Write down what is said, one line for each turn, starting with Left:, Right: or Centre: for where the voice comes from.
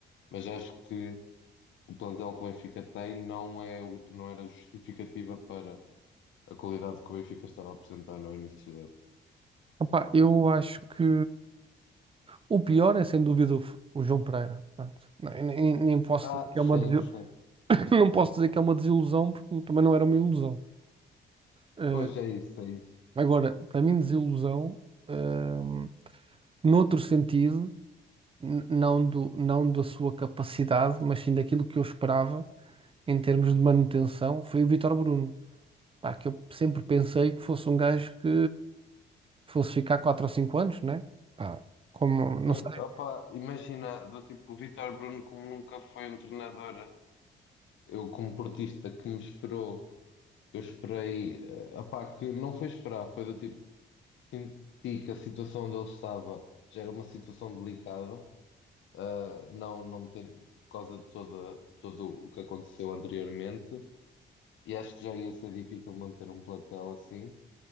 Left: mas acho que o plantel que o Benfica tem não é, o- não era justificativa para a qualidade que o Benfica estava a apresentar no início da época.
Right: Opá, eu acho que o pior é sem dúvida o, o João Pereira. Pronto. Nem, nem- nem posso
Left: Ah,
Right: dizer que
Left: sim,
Right: é uma, desil-
Left: sim.
Right: <laughs> não posso dizer que é uma desilusão, porque também não era uma ilusão. Eh,
Left: Pois é isso, é isso.
Right: agora, para mim, desilusão, eh, noutro sentido. n- não do, não da sua capacidade, mas sim daquilo que eu esperava em termos de manutenção, foi o Vítor Bruno. Pá, que eu sempre pensei que fosse um gajo que fosse ficar 4 ou 5 anos, né? Pá, como, não
Left: Sim,
Right: sei.
Left: opa, imagina, do tipo, o Vítor Bruno, como nunca foi um treinador, eu como portista que me esperou, que eu esperei, eh, opá, que não foi esperar, foi do tipo, senti que a situação onde ele estava já era uma situação delicada, ah, não, não ter, por causa de toda, todo o que aconteceu anteriormente, e acho que já ia ser difícil manter um plantel assim.